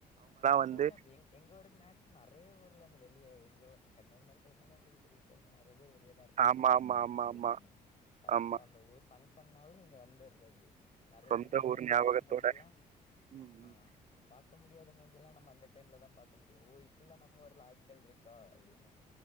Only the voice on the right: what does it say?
வந்து
ஆமா ஆமா
ஆமா
ஆமா
ஆமா
சொந்த
ஊர்
ஞாபகத்தோட
ம் ம்